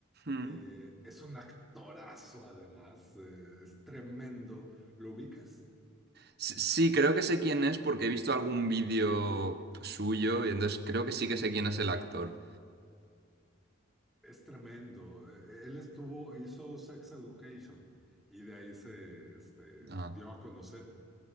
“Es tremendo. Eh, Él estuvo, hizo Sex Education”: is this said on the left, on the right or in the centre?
Centre